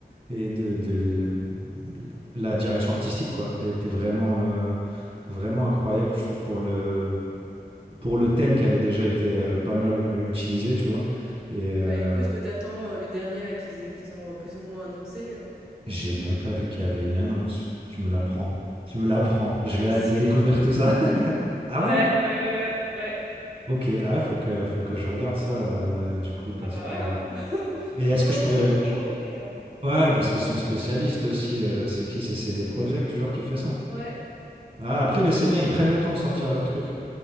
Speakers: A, on the right; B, in the centre.
A: et de, de- de- la direction artistique quoi. Elle était vraiment euh, vraiment incroyable, je trouve pour le pour le thème qui avait déjà été euh, pas
B: Ouais.
A: mal euh, utilisé, tu vois. Et euh,
B: Bah, du coup, est-ce que t'attends attends, le dernier là qu'ils qu'ils ont, heu, plus ou moins annoncé, heu?
A: j'ai même pas vu qu'il y avait une annonce. Tu me l'apprends. Tu me l'apprends. Je
B: Avec
A: vais aller
B: Siri.
A: découvrir tout ça. <laughs> Ah
B: Ouais,
A: ouais?
B: ouais, ouais, ouais.
A: Ok. Ah ouais, faut que faut que je regarde ça euh, du coup parce
B: Ah bah,
A: que.
B: ouais, hein. <laughs>
A: Mais est-ce
B: Ils ont pas
A: que je
B: montré
A: pourrais.
B: grand chose, mais, heu,
A: Ouais, parce qu'ils sont spécialistes aussi. euh, c'est qui? C'est CD Projekt toujours qui fait ça.
B: ouais.
A: Ah, après, mais c'est bien, ils prennent le temps de sortir leur truc.